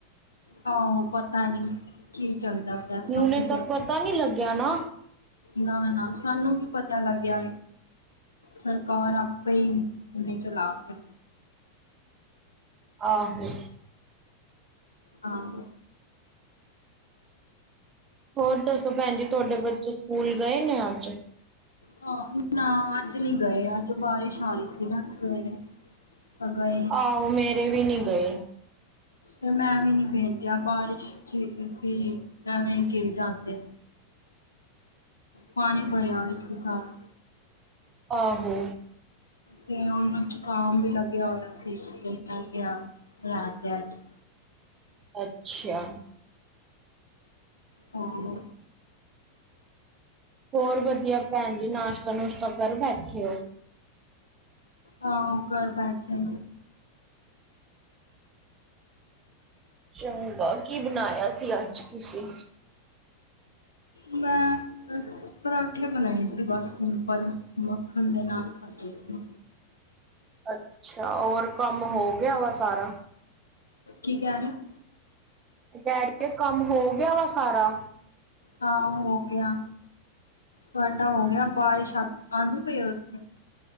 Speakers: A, on the left; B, on the right.
A: ਆਹੋ ਪਤਾ ਨੀ, ਕੀ ਚੱਲਦਾ। ਪਿਆ ਸਾਨੂੰ
B: ਹੁਣੇ
A: ਕਿਆ
B: ਤਾਂ ਪਤਾ ਨੀ ਲੱਗਿਆ ਨਾ।
A: ਨਾ-ਨਾ ਸਾਨੂੰ ਕੀ ਪਤਾ ਲੱਗਿਆ? ਸਰਕਾਰ ਆਪੇ ਈ ਇੰਨੀ ਚਲਾਕ ਆ।
B: ਆਹੋ।
A: ਹਾਂ।
B: ਹੋਰ ਦੱਸੋ ਭੈਣ ਜੀ ਤੁਹਾਡੇ ਬੱਚੇ ਸਕੂਲ ਗਏ ਨੇ ਅੱਜ?
A: ਹਾਂ ਨਾ ਅੱਜ ਨੀ ਗਏ ਅੱਜ ਬਾਰਿਸ਼ ਆ ਰਹੀ ਸੀ ਨਾ ਸਵੇਰੇ, ਤਾਂ ਗਏ ਨੀ।
B: ਆਹੋ ਮੇਰੇ ਵੀ ਨੀ ਗਏ।
A: ਤੇ ਮੈਂ ਵੀ ਨੀ ਭੇਜਿਆ ਬਾਰਿਸ਼ ਚ ਅਸੀਂ ਐਵੇਂ ਗਿਰ ਜਾਂਦੇ। ਪਾਣੀ ਭਰਿਆ ਹੋਇਆ ਸੀ ਸਾਰਾ।
B: ਆਹੋ।
A: ਤੇ ਉਹਨੂੰ ਜ਼ੁਕਾਮ ਵੀ ਲੱਗਿਆ ਹੋਇਆ ਸੀ ਮੈਂ ਕਿਆ ਰਹਿਣ ਦੇ ਅੱਜ।
B: ਅੱਛਾ।
A: ਹਾਂ।
B: ਹੋਰ ਵਧੀਆ ਭੈਣ ਜੀ ਨਾਸ਼ਤਾ ਨੁਸ਼ਤਾ ਕਰ ਬੈਠੇ ਓ?
A: ਆਹ ਉਹ ਕਰ ਬੈਠੇ।
B: ਚੰਗਾ ਕੀ ਬਣਾਇਆ ਸੀ ਅੱਜ ਤੁਸੀਂ?
A: ਮੈਂ ਬਸ ਪਰਾਂਠੇ ਬਣਾਏ ਸੀ ਬਸ ਸਿੰਪਲ ਮੱਖਣ ਦੇ ਨਾਲ ਖਾਦੇ ਸੀ।
B: ਅੱਛਾ ਹੋਰ ਕੰਮ ਹੋ ਗਿਆ ਵਾ ਸਾਰਾ।
A: ਕੀ ਕਹਿ ਰਹੇ ਓ?
B: ਮੈਂ ਕਿਆ ਕੰਮ ਹੋ ਗਿਆ ਵਾ ਸਾਰਾ।
A: ਹਾਂ ਹੋ ਗਿਆ, ਤੁਹਾਡਾ ਹੋ ਗਿਆ ਬਾਰਿਸ਼ ਆਂਦੀ ਪਈ ਉੱਥੇ